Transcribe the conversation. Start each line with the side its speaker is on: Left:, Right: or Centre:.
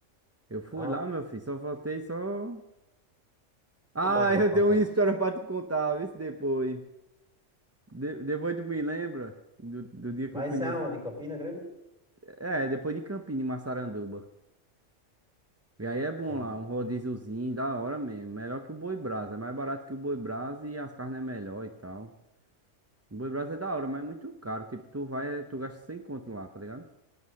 Right: Eu fui
Centre: Ah,
Right: lá, meu filho, só faltei só. Ah,
Centre: botar os bordos
Right: <laughs> eu
Centre: pra
Right: tenho
Centre: fora.
Right: uma história pra te contar, vê se depois. De- depois tu me lembra do, do dia que
Centre: Mas
Right: eu fui
Centre: isso
Right: nesse.
Centre: é aonde? Em Campina Grande?
Right: É, depois de Campina, em Massaranduba. E aí é bom
Centre: Entendi.
Right: lá, um rodíziozinho, da hora mesmo. Melhor que o Boi Brasa. É mais barato que o Boi Brasa e as carnes é melhor e tal. O Boi Brasa é da hora, mas é muito caro. Tipo, tu vai, tu gasta 100 conto lá, tá ligado?